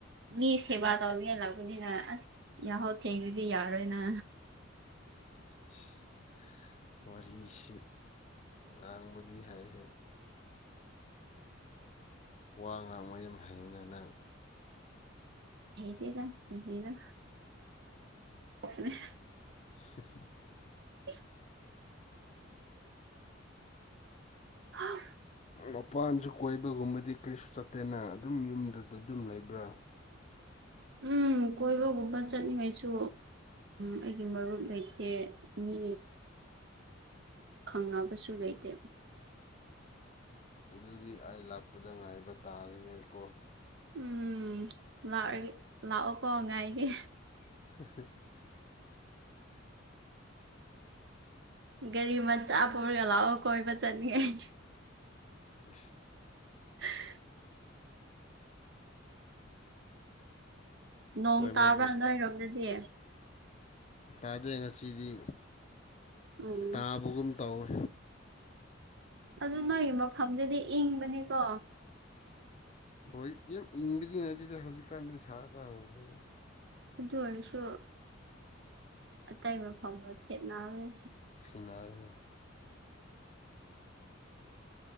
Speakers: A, on the right; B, on the left.
A: ꯃꯤ ꯁꯦꯕꯥ ꯇꯧꯅꯤꯡꯉꯥꯏ ‌ꯂꯥꯛꯄꯅꯤꯅ ꯑꯁ ꯌꯥꯍꯧ ꯊꯦꯡꯔꯗꯤ ꯌꯥꯔꯣꯏꯅ
B: ꯏꯁ ꯋꯥꯔꯤꯁꯤ ꯉꯥꯡꯕꯗꯤ ꯍꯩꯍꯦ ꯋꯥ ꯉꯥꯡꯕ ꯌꯥꯝ ꯍꯩꯅ ꯅꯪ
A: ꯍꯩꯇꯦꯗ ꯀꯔꯤꯅꯣ <unintelligible>
B: <unintelligible>
A: ꯏꯁ <unintelligible>
B: ꯃꯄꯥꯟꯁꯨ ꯀꯣꯏꯕꯒꯨꯝꯕꯗꯤ ꯀꯔꯤꯁꯨ ꯆꯠꯇꯦꯅ ꯑꯗꯨꯝ ꯌꯨꯝꯗꯗ ꯑꯗꯨꯝ ꯂꯩꯕ꯭ꯔꯥ
A: ꯎꯝ ꯀꯣꯏꯕꯒꯨꯝꯕ ꯆꯠꯅꯤꯡꯉꯥꯏꯁꯨ ꯑꯩꯒꯤ ꯃꯔꯨꯞ ꯂꯩꯇꯦ ꯃꯤ ꯈꯪꯉꯕꯁꯨ ꯂꯩꯇꯦ
B: ꯑꯗꯨꯗꯤ ꯑꯩ ꯂꯥꯛꯄꯗ ꯉꯥꯏꯕ ꯇꯥꯔꯦꯅꯦꯀꯣ
A: ꯎꯝ ꯂꯥꯛꯔꯒꯦ ꯂꯥꯛꯑꯣꯀꯣ ꯉꯥꯏꯒꯦ
B: <unintelligible>
A: ꯒꯥꯔꯤ ꯃꯆꯥ ꯄꯨꯔꯒ ꯂꯥꯛꯑꯣ ꯀꯣꯏꯕ ꯆꯠꯅꯤꯉꯥꯏꯒꯤ
B: ꯏꯁ
A: <unintelligible> ꯅꯣꯡ
B: ꯀꯣꯏꯕꯕꯨ
A: ꯇꯥꯕ꯭ꯔꯥ ꯅꯣꯏꯔꯣꯝꯗꯗꯤ
B: ꯇꯥꯗꯦ ꯉꯁꯤꯗꯤ
A: ꯎꯝ
B: ꯇꯥꯕꯒꯨꯝ ꯇꯧꯋꯦ
A: ꯑꯗꯨ ꯅꯣꯏꯒꯤ ꯃꯐꯝꯗꯨꯗꯤ ꯏꯪꯕꯅꯤꯀꯣ
B: ꯍꯣꯏ ꯏꯪ ꯏꯪꯕꯗꯤ ꯅꯠꯇꯦꯗ ꯍꯧꯖꯤꯛꯀꯥꯟꯗꯤ ꯁꯥꯕ ꯍꯧꯈ꯭ꯔꯦꯗ
A: ꯑꯗꯨ ꯑꯣꯏꯔꯁꯨ ꯑꯇꯩ ꯃꯐꯝꯒ ꯈꯦꯠꯅꯕꯅꯤ
B: ꯈꯦꯠꯅꯔꯔꯣꯏ